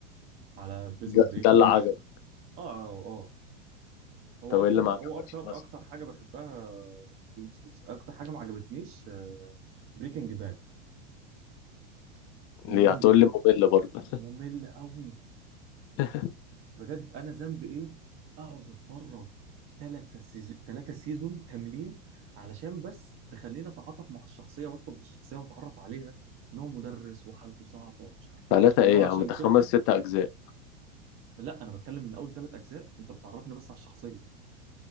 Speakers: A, on the right; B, on the left.
A: على بريزون
B: ده,
A: بريك
B: ده اللي عجبك
A: اه اه اه هو
B: طب ايه
A: اكتر
B: اللي ما عجبكش
A: هو اكتر
B: مثلا
A: اكتر حاجه بحبها جيم اوف ثرونز اكتر حاجه ما عجبتنيش بريكنج باد
B: ليه
A: ممل
B: هتقول لي ممل برضه
A: ممل قوي
B: <laughs>
A: بجد انا ذنبي ايه اقعد اتفرج ثلاثة سيزون ثلاثة سيزون كاملين علشان بس تخليني اتعاطف مع الشخصيه وادخل في الشخصيه واتعرف عليها ان هو مدرس وحالته صعبه ومش عارف
B: ثلاثه
A: ايه
B: ايه
A: اللي هو
B: يا
A: عشان
B: عم ده خمس
A: كده
B: ست اجزاء
A: لا انا بتكلم من اول ثلاث اجزاء انت بتعرفني بس على الشخصيه